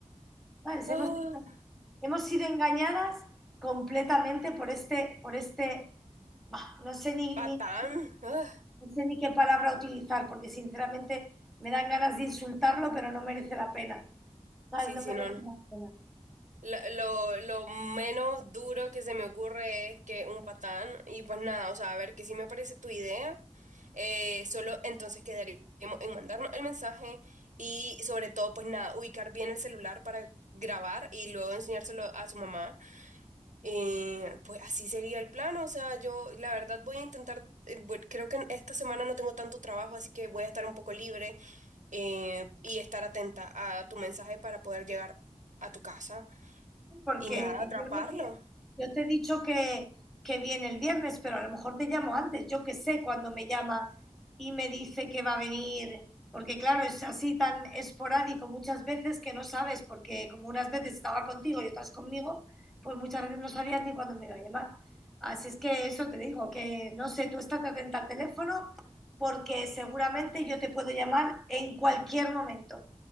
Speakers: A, in the centre; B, on the right.
A: ¿sabes?
B: Ah,
A: Hemos- estado Hemos sido engañadas completamente por este, por este, bah, no sé ni,
B: patán.
A: ni-
B: Ah.
A: ni sé ni qué palabra utilizar, porque sinceramente me dan ganas de insultarlo, pero no merece la pena. ¿Sabes?
B: Sí,
A: No
B: sí,
A: merece
B: no, no.
A: la pena.
B: La- Lo, lo menos duro que se me ocurre es que un patán, y pues nada, o sea, a ver, que sí me parece tu idea, eh, solo entonces quedaríamos en mandarnos el mensaje y sobre todo, pues nada, ubicar bien el celular para grabar y luego enseñárselo a su mamá. Eh, pues así sería el plan, o sea, yo la verdad voy a intentar, eh, bu- creo que en esta semana no tengo tanto trabajo, así que voy a estar un poco libre eh, y estar atenta a tu mensaje para poder llegar a tu casa
A: Porque
B: y nada, atraparlo.
A: yo no sé, yo te he dicho que, que viene el viernes, pero a lo mejor te llamo antes. Yo que sé cuando me llama y me dice que va a venir, porque claro, es así tan esporádico muchas veces que no sabes, porque como unas veces estaba contigo y otras conmigo, pues muchas veces no sabías ni cuándo me iba a llamar. Así es que eso te digo, que no sé, tú estate atenta al teléfono porque seguramente yo te puedo llamar en cualquier momento.